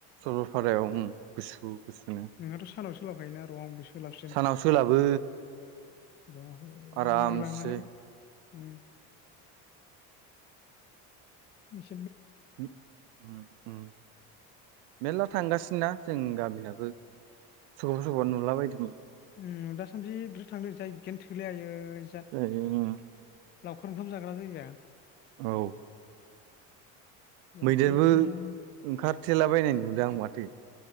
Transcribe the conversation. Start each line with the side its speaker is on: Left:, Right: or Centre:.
Right: सरलपारायाव उम गुसु गुसुनो
Left: नोंहाथ' सानाव सोलाबखायोना र' आंबो सोलाबसिन
Right: सानाव सोलाबो
Left: र' ओ
Right: आरामसे
Left: लांनानै उम इस
Right: उम उम उम मेर्ला थांगासिनो ना जों गामिनाबो सोरखौबा सोरखौबा नुला बायदोमोन आं
Left: उम दासान्दि बिराद थांदों जायगायानो थोलाय आयै
Right: <unintelligible>
Left: जा लावखार ओंखाम जाग्रा जायगा
Right: औ
Left: लावखार
Right: मैदेरबो
Left: ओंखाम जा
Right: ओंखारथेलाबायनाय नुदों आं माथो